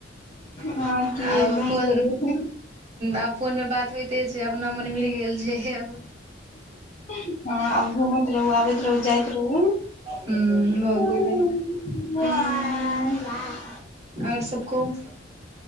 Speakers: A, on the left; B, on the right.
A: हँ की
B: आब
A: एकदम
B: फोन
A: जरूर
B: अब फोन मे बात त होइते छै अपना मन मिल गेल छै अब
A: हँ आब घुमैत, रहु आबैत रहु जाइत रहु।
B: हूँ भऽ
A: <unintelligible>
B: गेलै आओर सबकहुं